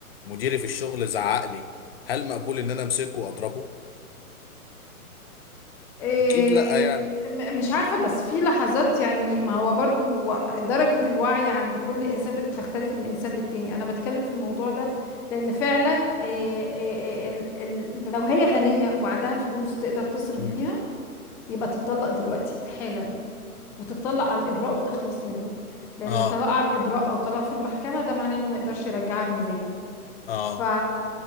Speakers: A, on the left; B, in the centre.
A: مديري في الشغل زعق لي هل مقبول ان انا امسكه واضربه
B: إيه
A: اكيد لا يعني
B: م- مش عارفة بس في لحظات يعني ما هو برضو درجة الوعي عند كل إنسان بتختلف من إنسان للتاني أنا بتكلم في الموضوع ده لأن فعلا إيه إيه إيه ال- ال- لو هي غنية وعندها فلوس تقدر تصرف
A: مم.
B: بيها يبقى تتطلق دلوقتي حالا وتتطلق على الإبراء وتخلص منه لأن
A: اه
B: طلاق على الإبراء أو طلاق في المحكمة ده معناه إنه ما يقدرش يرجعها بمزاجه
A: اه
B: ف